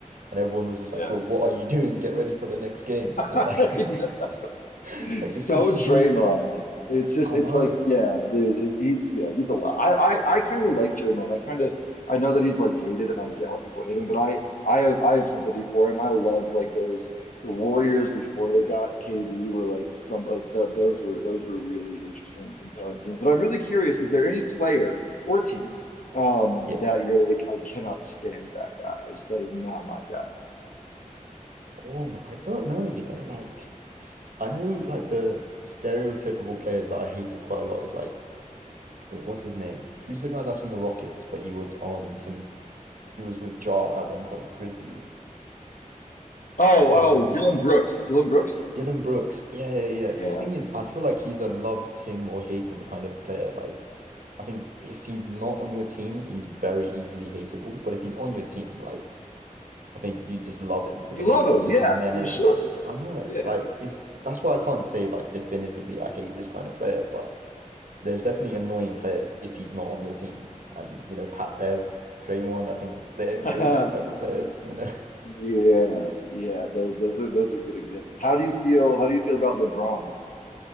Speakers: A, on the right; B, on the left.
A: And everyone was just
B: Yeah.
A: like, bro, what are you doing? Get ready for the next game. And
B: <laughs>
A: like, <laughs>
B: It's
A: like it's
B: so
A: just
B: Draymond.
A: stupid.
B: It's just
A: I
B: it's
A: know.
B: like yeah, the, he's yeah he's a lot. I I, I kind of like Draymond. I kind of I know that he's like hated, and I get why people hate him. But I I have I have sympathy for him. I loved like those the Warriors before they got KD were like some like the, those were those were really interesting and compelling teams. But I'm really curious, is there any player or team um
A: Yeah.
B: that you're like I cannot stand that guy. I just, that is not my guy.
A: Oh, I don't know, you know, like I know like the stereotypical players that I hated quite a lot is like, wait, what's his name? Who's the guy that's on the Rockets, but he was on Tim He was with Jar at one point, Grizzlies.
B: Oh
A: Um,
B: oh Dylan Brooks. Dylan Brooks.
A: Dylan Brooks. Yeah, yeah, yeah.
B: Yeah.
A: Because thing is, I feel like he's a love him or hate him kind of player. Like, I think if he's not on your team, he's very easily hateable. But if he's on your team, like, I think you just love him because
B: You
A: I mean,
B: love them,
A: he's just
B: yeah,
A: a menace.
B: for sure.
A: I know.
B: Yeah.
A: Like, it's that's why I can't say like definitively I hate this kind of player. But there's definitely annoying players if he's not on your team. And you know, Pat Bev, Draymond. I think they
B: <laughs>
A: those are the type of players. You know. <laughs>
B: Yeah, yeah, those those are those are good examples. How do you feel how do you feel about LeBron?